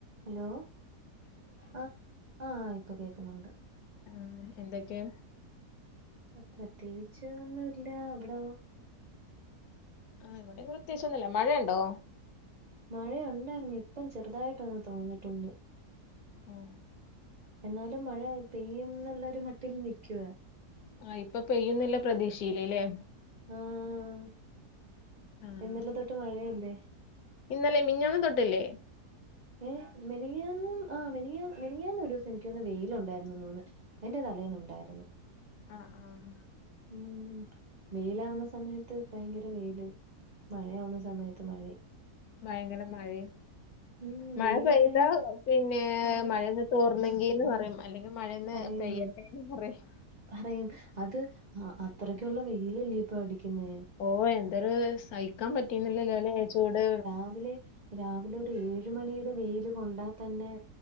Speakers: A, on the right; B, on the left.
A: Hello ആഹ് ആഹ് ഇപ്പ കേക്കുന്നുണ്ട്
B: ഉം എന്തൊക്കെ
A: പ്രത്യേകിച്ച് ഒന്നുല്ല അവിടോ
B: ആഹ് ഇവിടെങ്ങനെ പ്രതെസി ഒന്നുല്ല മഴുണ്ടോ.
A: മഴ ഉണ്ടായിരുന്നു ഇപ്പം ചെറുതായിട്ടൊന്ന് തോന്നിട്ടുണ്ട്
B: ഓ
A: എന്നാലും മഴ പെയ്യുംന്നുള്ളോരു മട്ടിൽ നിക്കുവ
B: ആഹ് ഇപ്പൊ പെയ്യുന്നുള്ള പ്രതീക്ഷയില്ലേല്ലേ
A: ആഹ്
B: ആഹ്
A: ഇന്നലെ തൊട്ട് മഴയല്ലേ
B: ഇന്നലെ മിഞ്ഞാന്നും തൊട്ടില്ലേ
A: ഏഹ് മെനിയന്നും ആഹ് മെനിയന്ന് മിനിഞ്ഞാന്ന് ഒരു ദിവസം എനിക്കൊന്ന് വെയിയിലുണ്ടായിരുന്നുന്ന് തോന്ന് അതിന്റെ തലേന്നുണ്ടായിരുന്നു
B: ആഹ് ആഹ്
A: ഉം വേയിലാവുന്ന സമയത്ത് പയങ്കര വെയിലും. മഴയാവുന്ന സമയത്ത് മഴയും
B: ഭയങ്കര മഴയും
A: ഉം
B: മഴ
A: വെയിലാണെങ്കി
B: പെയ്ത പിന്നെ
A: ആഹ്
B: മഴ നിക്ക തോർന്നെങ്കിന്ന് പറയും അല്ലെങ്കി മഴേന്ന്
A: പറയും
B: പെയ്യട്ടെന്ന് പറയും.
A: പറയും അത് അത്രക്കുള്ള വെയിലല്ലേ ഇപ്പൊടിക്കുന്നേ
B: ഓ എന്തൊരു സഹിക്കാൻ പറ്റീന്നില്ലല്ലോ അല്ലേ ചൂട്
A: അതില് രാവിലെ ഒരു ഏഴു മണിയുടെ വെയിൽ കൊണ്ടാ തന്നെ